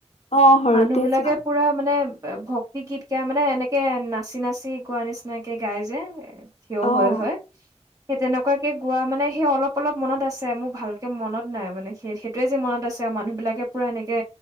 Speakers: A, on the left; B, on the right.
A: অ' সৰুতে
B: মানুহ বিলাকে
A: যোৱা
B: পুৰা মানে ভক্তি গীত গাই মানে এনেকে নাচি-নাচি গোৱা নিচিনাকে গাই যে। থিয়
A: অ'
B: হৈ হয়। সেই তেনেকুৱাকে গোৱা মানে সেই অলপ-অলপ মনত আছে। মোৰ ভালকে মনত নাই মানে সেই সেইটোৱে যেি মনত আছে। আৰু মানুহ বিলাকে পুৰা এনেকে